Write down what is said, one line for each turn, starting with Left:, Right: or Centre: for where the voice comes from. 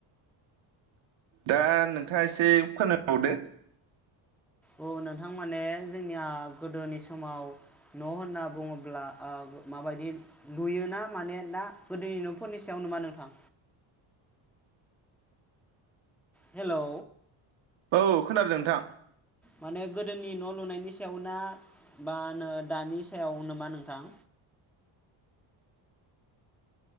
Right: दा नोंथाङा एसे <unintelligible>
Centre: औ नोंथां माने जोंनिया गोदोनि समाव न होनना बुङोब्ला ओ माबायदि लुयोना माने दा गोदोनि न'फोरनि सायाव नामा नोंथां हेलौ
Right: औ खोनादों नोंथां
Centre: माने गोदोनि न लुनायनि सायाव ना बा नो दानि सायावनोमा नोंथां